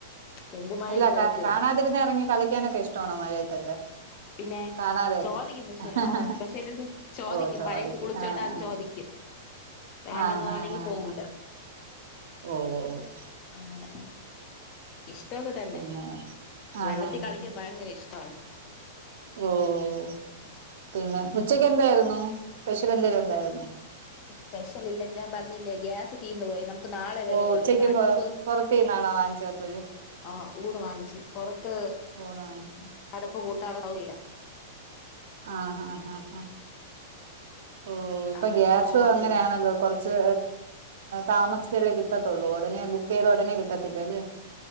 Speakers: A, on the left (about 35°); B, on the right (about 70°).
A: മുമ്പ് മഴയത്ത്
B: അല്ല
A: കളിക്കുവായിരുന്നു
B: കാ കാണാതിരുന്ന ഇറങ്ങി കളിക്കാനൊക്കെ ഇഷ്ടാണോ മഴയത്തൊക്കെ
A: പിന്നെ
B: കാണാതെ <unintelligible>
A: ചോദിക്കും പക്ഷെ
B: ഹഹ ഹ
A: ആ പക്ഷെ എന്റെടുത്ത് ചോദിക്കും
B: ഓഹ് സോറി
A: മഴയത്ത് കുളിച്ചോട്ടാന്ന്
B: ആഹ് ആഹ്
A: ചോദിക്കും വേണ്ടന്ന്
B: ആഹ്
A: പറയണെങ്കി
B: ആഹ് ആഹ്
A: പോവൂല
B: ആഹ് ഓ ഓ ഒ
A: അങ്ങനെ മ്മ് ഇഷ്ടോക്കെ തന്നെ
B: പിന്നെ ആ
A: വെള്ളത്തിൽ
B: ഹാ ഹാ
A: കളിക്കാൻ ഭയങ്കര ഇഷ്ടആണ്
B: ഓഓ ഓഹ് പിന്നെ
A: ഉം ഉം
B: ഉച്ചക്ക് എന്തായിരുന്നു സ്പെഷ്യൽ എന്തെലും ഉണ്ടായിരുന്നോ
A: സ്പെഷ്യൽ ഇല്ല ഞാൻ പറഞ്ഞില്ലേ ഗ്യാസ് തീർന്നു പോയി നമുക്ക് നാളെ വരുള്ളൂ
B: ഓ ഉച്ചക്കും
A: ഇവിടെ അടുപ്പ്
B: പൊ പൊറത്തീന്നാണോ വാങ്ങിച്ചപ്പഴ്
A: ആഹ് വുട് വാങ്ങിച്ചു പുറത്ത്
B: പോ <unintelligible>
A: അടുപ്പ് കൂട്ടാനുള്ള സൗകര്യല്ല
B: ആഹ് ഹാ ആഹ് ഹാ ഓ ഇപ്പ
A: അങ്ങനെ
B: ഗ്യാസും
A: പുറത്തുന്ന്
B: അങ്ങനെയാണല്ലോ കുറച്ച് താമസിച്ചല്ലേ കിട്ടത്തുള്ളൂ ഉടനെ ബുക്ക് ചെയ്ത ഉടനെ കിട്ടത്തില്ല അല്ലെ